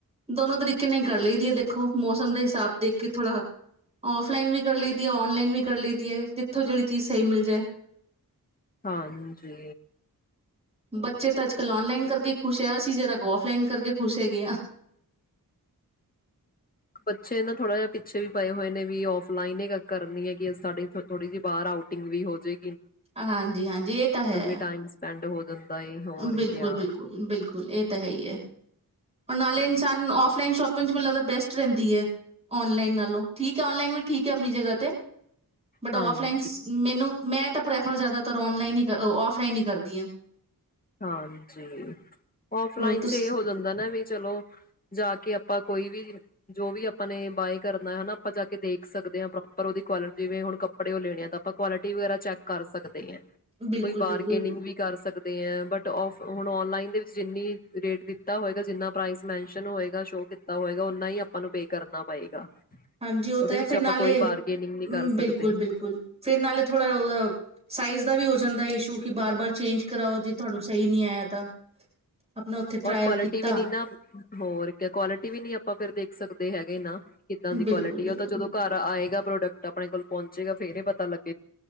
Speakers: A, on the right; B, on the left.
A: ਦੋਨੋ ਤਰੀਕੇ ਨਾਲ ਕਰ ਲਈਦੀ ਹੈ ਦੇਖੋ ਮੌਸਮ ਦੇ ਹਿਸਾਬ ਦੇਖ ਕੇ ਥੋੜ੍ਹਾ ਫਲਾਈਨ ਵੀ ਕਰ ਲਈਦੀ ਹੈ ਔਨਲਾਈਨ ਵੀ ਕਰ ਲਈਦੀ ਹੈ ਜਿੱਥੋਂ ਜਿਹੜੀ ਚੀਜ਼ ਸਹੀ ਮਿਲ ਜਾਏ
B: ਹਾਂਜੀ
A: ਬੱਚੇ ਤਾਂ ਅੱਜਕੱਲ ਨਲਾਈਨ ਕਰਕੇ ਖੁਸ਼ ਹੈ ਅਸੀਂ ਜਿਰਾ ਕੋ ਫਲਾਈਨ ਕਰਕੇ ਖੁਸ਼ ਹੈਗੇ ਹਾਂ
B: ਬੱਚੇ ਨਾ ਥੋੜਾ ਜਿਹਾ ਪਿੱਛੇ ਵੀ ਪਏ ਹੋਏ ਨੇ ਵੀ ਔਫਲਾਈਨ ਹੀ ਕਰਨੀ ਹੈ ਕਿ ਸਾਡੀ ਥੋੜੀ ਜਿਹੀ ਬਾਹਰ ਆਊਟਿੰਗ ਵੀ ਹੋ ਜਾੇ
A: ਹਾਂਜੀ ਹਾਂਜੀ ਇਹ ਤਾਂ ਹੈ
B: ਟਾਈਮ ਸਪੈਂਡ ਹੋ ਜਾਂਦਾ ਏ ਹੋਰ
A: ਬਿਲਕੁਲ
B: ਕਿਆ
A: ਬਿਲਕੁਲ ਬਿਲਕੁਲ ਇਹ ਤਾਂ ਹੈ ਹੀ ਹੈ ਉਹ ਨਾਲੇ ਸਾਨ ਫ ਲਨ ਸ਼ੋਪਿੰਗ ਚ ਮ ਬੈਸਟ ਰਹਿੰਦੀ ਆ ਨ ਲਨ ਨਾਲੋਂਆਨਲਾਈਨ ਠੀਕ ਵੀ ਠੀਕ ਆ ਆਪਣੀ ਜਗਾ ਤੇ ਬਟ
B: ਹਾਂਜੀ।
A: ਫਲਾਈਨ ਮੈਨੂੰ ਮੈਂ ਤਾਂ ਪ੍ਰੈਫਰ ਜ਼ਿਆਦਾਤਰ ਓਣਲਾਈਨ ਹੀ ਫਲਾਈਨ ਹੀ ਕਰਦੀਆਂ
B: ਹਾਂਜੀ ਔਫਲਾਈਨ
A: ਹੋਰ ਤੁਸੀਂ
B: ਚ ਇਹ ਹੋ ਜਾਂਦਾ ਨਾ ਵੀ ਚਲੋ ਜਾ ਕੇ ਆਪਾਂ ਕੋਈ ਵੀ ਜੋ ਵੀ ਆਪਾਂ ਨੇ ਬਾਏ ਕਰਨਾ ਹਨਾ ਆਪਾਂ ਜਾਕੇ ਦੇਖ ਸਕਦੇ ਹਾਂ ਪ੍ਰੋਪਰ ਉਹ ਕੁਆਟੀ ਜਿਵੇਂ ਹੁਣ ਕੱਪੜੇ ਉਹ ਲੈਣੇ ਆ ਤਾਂ ਆਪਾਂ ਕੁਆਲਿਟੀ ਵਗੈਰਾ ਚੈਕ ਕਰ ਸਕਦੇ ਆ
A: ਬਿਲਕੁਲ
B: ਕੋਈ ਬਾਰਗੇਨਿੰਗ
A: ਬਿਲਕੁਲ
B: ਵੀ ਕਰ ਸਕਦੇ ਆ ਹੁਣ ਨਲਾਈਨ ਦੇ ਜਿੰਨੀ ਰੇਟ ਦਿੱਤਾ ਹੋਏਗਾ ਜਿੰ ਪ੍ਰ ਮੈਨ ਹੋਗਾ ਸ਼ੋ ਕੀਤਾ ਹੋਗਾਨਾ ਹੀ ਆਪਾਂ ਨੂੰ ਪੇ ਕਰਨਾ ਪਏਗਾ
A: ਹਾਂਜੀ ਉਹ
B: ਉਹਦੇ
A: ਤਾਂ ਹੈ
B: ਵਿੱਚ
A: ਫਿਰ
B: ਆਪਾਂ
A: ਨਾਲੇ
B: ਕੋਈ ਬਾਰਗੇਨਿੰਗ ਨਹੀਂ ਕਰ
A: ਬਿਲਕੁਲ
B: ਸਕਦੇ
A: ਬਿਲਕੁਲ ਫਿਰ ਨਾਲੇ ਥੋੜ੍ਹਾ ਜ ਉਹਦਾ ਸਾਈਜ਼ ਦਾ ਵੀ ਜਾਂੰਦਾਾ ਇਸ਼ੂ ਕੀ ਬਾਰ ਬਾਰ ਚੇਂਜ ਕਰਾਓ ਜੇ ਤੁਹਾਨੂੰ ਸਹੀ ਨੀ ਆਇਆ ਤਾਂ ਆਪਣਾ ਉੱਥੇ ਟਰਾਈ
B: ਰ ਕੁਆਲਿਟੀ
A: ਕੀਤਾ
B: ਵੀ ਨ ਨਾ ਹੋਰ ਕ ਕੁਆਲਿਟੀ ਵੀ ਆਪਾਂ ਫਿਰ ਦੇਖ ਸਕਦੇ ਹੈਗੇ ਨਾ ਕਿੱਦਾਂ
A: ਬਿਲਕੁਲ
B: ਦੀ ਕੁਆਲਿਟੀ
A: ਬਿਲਕੁਲ
B: ਆ ਉਹ ਤਾਂ ਜਦੋਂ ਘਰ ਆਏਗਾ ਪ੍ਰੋਡਕਟ ਆਪਣੇ ਕੋਲ ਪਹੁੰਚੇਗਾ ਫੇਰ ਹੀ ਪਤਾ ਲੱਗਾ